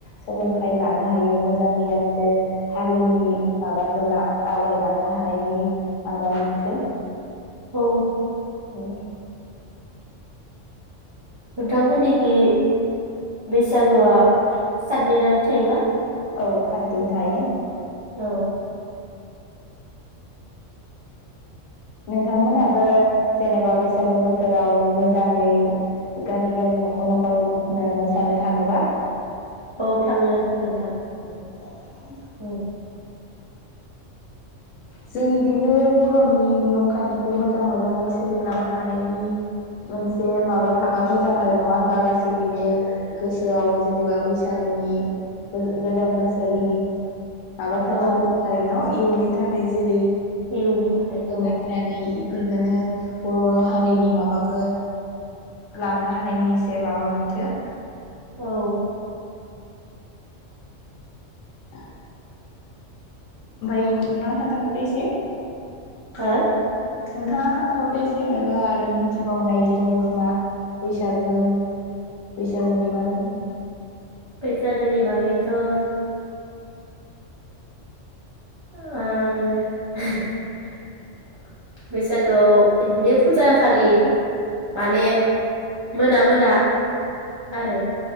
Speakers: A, on the left; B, on the right.
A: सोलोंथाइ लानो हायो मोजां गियान दो हारिनि माबाखो आवगायलांनो हानायनि माबा मोनथो
B: औ
A: <unintelligible>
B: नोंथांमोननिखि बैसागुआ सातदिनानो थायोबा?
A: औ खातदिन थायो
B: औ
A: नोंथांमोनाबो जेनेबा बैसागो बोथोराव मोजाङै गामि गामि नखर नखर मोसानो थाङोबा।
B: औ थाङो नोंथां।
A: <inaudible>
B: औ
A: जों इदिनो बर'नि ‌ नियम खान्थिखौ मोजां मोजाङै सोलिलांनो हानायनि मोनसे माबा थाबा मोजां आरो नङा होमबा गासैनिबो गोसोआव जेनेबा बैसागोनि गोदान बोसोरनि माबा थाबा
B: औ
A: मोजां आरो न इयुननि थाखाय जेरै
B: इउननि थाखाय औ
A: ननानै <unintelligible> इफोरखोनो बर'हारिनि माबाखो लांनो हानायनि एसे माबा मोनथो
B: औ
A: <unintelligible> ओमफाय नोंथाङा खोनथाबावदो एसे नोंथाङा
B: हो
A: खोन्थाहरदो एसे मायबा आरो मिथिबावनाय दोङो खोमा बैसागो बैसागोनि बागै
B: बैसागोनि बागैथ' <unintelligible> बैसागोआव बिदिनो फुजा होखालि माने मोना मोना आरो